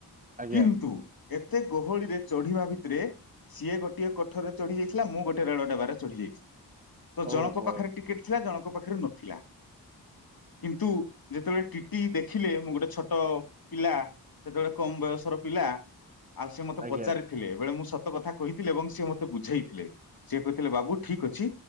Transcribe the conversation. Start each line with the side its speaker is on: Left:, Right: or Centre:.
Right: ଆଜ୍ଞା
Left: କିନ୍ତୁ ଏତେ ଗୋହଳିରେ ଚଢିବା ଭିତରେ ସିଏ ଗୋଟିଏ କୋଠରରେ ଚଢି ଯାଇଥିଲା ମୁଁ ଗୋଟଏ ରେଳ ଡବାରେ ଚଢି ଯାଇଥିଲି। ତ ଜଣଙ୍କ
Right: ଓହୋ
Left: ପାଖରେ ଟିକେଟ ଥିଲା ଜଣଙ୍କ ପାଖରେ ନଥିଲା। କିନ୍ତୁ ଯେତେବେଳେ ଟିଟି ଦେଖିଲେ ମୁଁ ଗୋଟେ ଛୋଟ ପିଲା ସେତେବେଳେ କମ ବୟସ। ପିଲା ଆଉ ସେ ମତେ
Right: ଆଜ୍ଞା
Left: ପଚାରିଥିଲେବେଳେ ମୁଁତ କଥା କହିଥିଲେ ଏବଂ ସି ମୋତେ ବୁଝେଇଥିଲେ ସି କହିଥିଲେ ବାବୁ ଠିକ ଅଛି